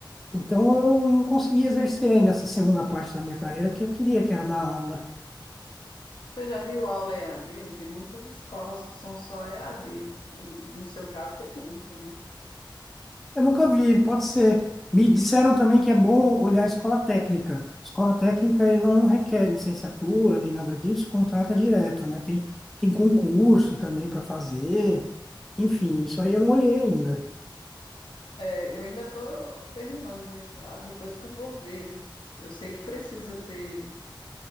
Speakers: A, in the centre; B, on the left.
A: Então, eu não consegui exercer ainda essa segunda parte da minha carreira que eu queria, que era dar aula.
B: Você já viu aula EAD? Tem muitas escolas que são só EAD. No seu caso, tem muita, né?
A: Eu nunca vi, pode ser. Me disseram também que é bom olhar a escola técnica. Escola técnica, ela não requer licenciatura nem nada disso, contrata direto, né? Tem, tem concurso também para fazer. Enfim, isso aí eu não olhei ainda.
B: É, eu ainda estou terminando o mestrado, depois que eu vou ver. Eu sei que precisa ter